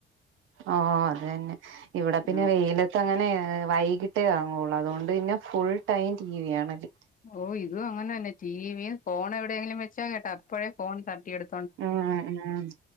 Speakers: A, on the right (about 85°); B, on the left (about 40°).
A: ആഹ് അത് തന്നെ ഇവിടെ പിന്നെ
B: ആ
A: വെയില ത്തങ്ങനെ വൈകിട്ടേ ഇറങ്ങുള്ളൂ അതുകൊണ്ട് പിന്നെ ഫുൾ ടൈം ടി വി കാണല്
B: ഓഹ് ഇതും അങ്ങനെന്നെ ടിവിയും ഫോൺ എവിടെയെങ്കിലും വെച്ചാ കേട്ടാ അപ്പോഴേ ഫോൺ തട്ടിയെടു
A: ഉം ഉം